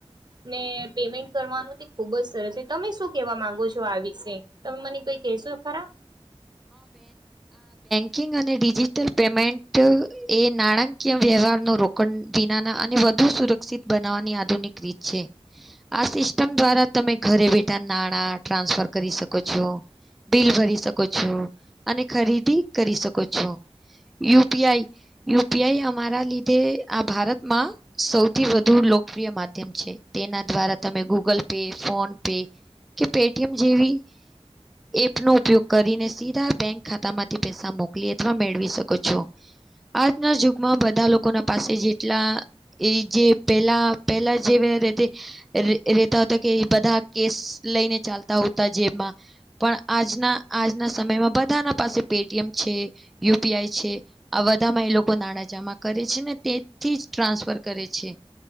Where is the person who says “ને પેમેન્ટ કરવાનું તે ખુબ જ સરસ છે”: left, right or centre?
Right